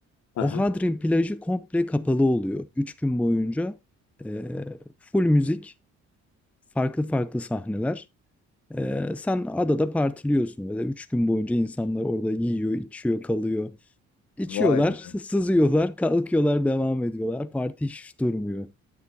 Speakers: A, on the left; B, in the centre.
A: Aha.
B: O Hadrin plajı komple kapalı oluyor. Üç gün boyunca e, full müzik, farklı farklı sahneler. E, sen adada partiliyorsun böyle. Üç gün boyunca insanlar orada yiyor, içiyor, kalıyor. İçiyorlar,
A: Vay be.
B: sızıyorlar, kalkıyorlar, devam ediyorlar. Parti hiç durmuyor.